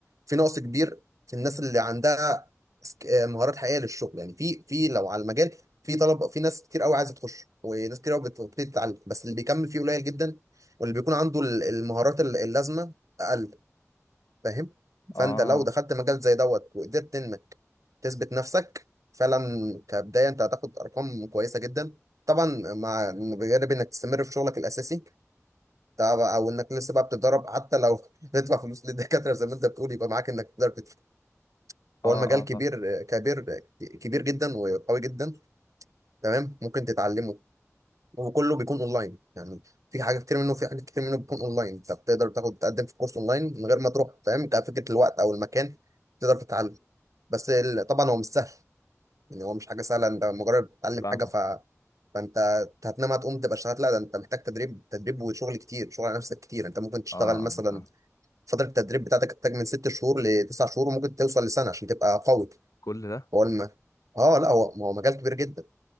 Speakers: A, on the right (about 75°); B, on the left (about 85°).
A: في نقص كبير في الناس اللي عندها سك- آه، مهارات حقيقيه للشغل يعني في في لو على المجال في طلب في ناس كتير قوي عايزه تخش وناس كتير قوي بتبتدي تتعلم بس اللي بيكمل فيه قليل جدا واللي بيكون عنده ال- المهارات ال- اللازمه اقل فاهم
B: اه
A: فانت لو دخلت مجال زي دوت وقدرت انك تثبت نفسك فعلا كبدايه انت هتاخد ارقام كويسه جدا طبعا مع بجانب انك تستمر في شغلك الاساسي طبعا او انك لسه بقى بتتدرب حتى لو <laughs> تدفع فلوس للدكاتره زي ما انت بتقول يبقى معاك انك تقدر تدفع
B: اه
A: هو المجال
B: اه
A: كبير
B: فاهم
A: كبير كبير جدا وقوي جدا تمام ممكن تتعلمه وكله بيكون اونلاين يعني في حاجه كتير منه في حاجات كتير منه بيكون اونلاين انت بتقدر تاخد تقدم في كورس اونلاين من غير ما تروح فاهم كفكره الوقت او المكان تقدر تتعلم بس ال- طبعا هو مش سهل يعني هو مش حاجه سهله انت مجرد بتتعلم
B: فاهمك
A: حاجه ف فانت هتنام هتقوم تبقى اشتغلت لا ده انت محتاج تدريب تدريب وشغل كتير شغل على نفسك كتير انت ممكن تشتغل
B: اه آه،
A: مثلا
B: فاهم
A: فتره التدريب بتاعتك تحتاج من ست شهور لتسع شهور وممكن توصل لسنه عشان تبقى قوي
B: كل ده
A: هو الم... اه لا هو هو مجال كبير جدا